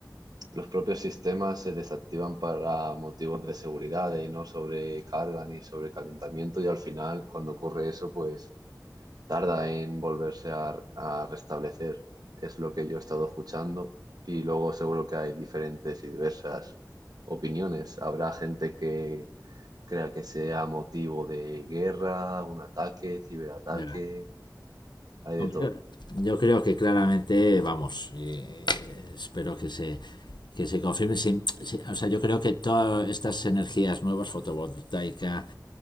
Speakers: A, on the right (about 60°); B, on the left (about 85°).
A: los propios sistemas se desactivan para motivos de seguridad, de no sobrecarga ni sobrecalentamiento y al final cuando ocurre eso pues tarda en volverse a, a restablecer. Es lo que yo he estado escuchando y luego seguro que hay diferentes y diversas opiniones. Habrá gente que crea que sea motivo de guerra, un ataque, ciberataque,
B: Ya.
A: hay de todo.
B: Yo, yo creo que claramente, vamos, eh, espero que se, que se confirme. Sí, sí, o sea, yo creo que todas estas energías nuevas, fotovoltaica,